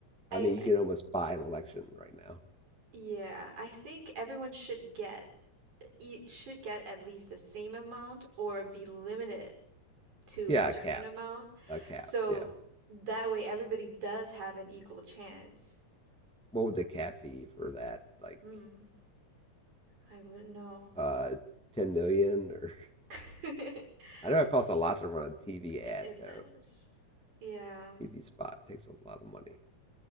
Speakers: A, on the right; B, in the centre.
A: I
B: I mean, you
A: I-
B: can almost buy an election right now.
A: yeah, I think everyone should get you should get at least the same amount or be limited to
B: Yeah,
A: a certain
B: a cap,
A: amount.
B: a cap.
A: So
B: Yeah.
A: that way everybody does have an equal chance.
B: What would the cap be for that? Like,
A: Hmm, I wouldn't know.
B: uh, ten million or
A: <laughs>
B: I know it costs a lot to run a TV ad
A: It, it
B: though.
A: does. Yeah.
B: TV spot takes a lot of money.